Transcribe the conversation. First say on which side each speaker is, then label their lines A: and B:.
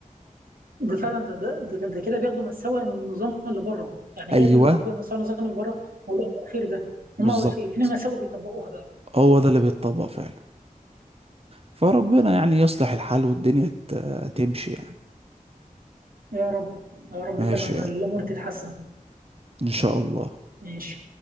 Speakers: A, on the right; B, on the right.
A: ده فعلا ده ده ده, ده كده بياخدوا مساوئ النظام اللي بره يعني
B: ايوه
A: هي ده من اكبر مساوئ النظام اللي بره موضوع التاخير ده
B: بالظبط
A: هم شايفين مساوئ بيطبقوها بقى
B: هو ده اللي بيتطبق فعلا فربنا يعني يصلح الحال والدنيا ت- تمشي يعني
A: يا رب يا رب
B: ماشي
A: فعلا
B: يلا
A: الامور تتحسن
B: إن شاء الله
A: ماشي